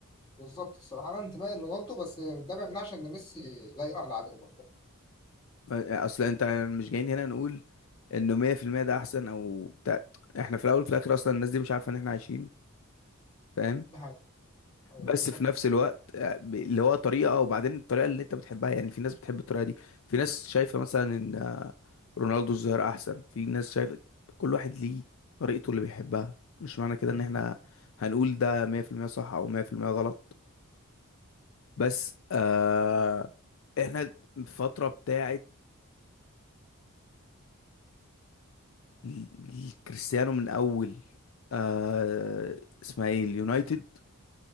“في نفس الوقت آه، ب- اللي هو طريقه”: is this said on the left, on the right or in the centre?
Left